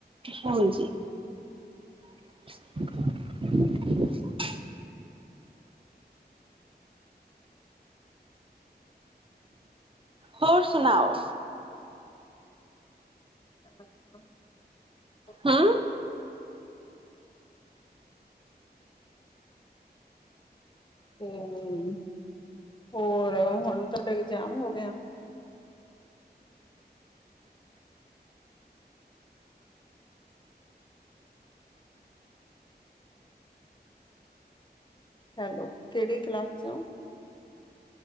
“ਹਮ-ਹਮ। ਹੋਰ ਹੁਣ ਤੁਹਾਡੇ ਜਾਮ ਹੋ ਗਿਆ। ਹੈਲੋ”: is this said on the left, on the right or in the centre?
Left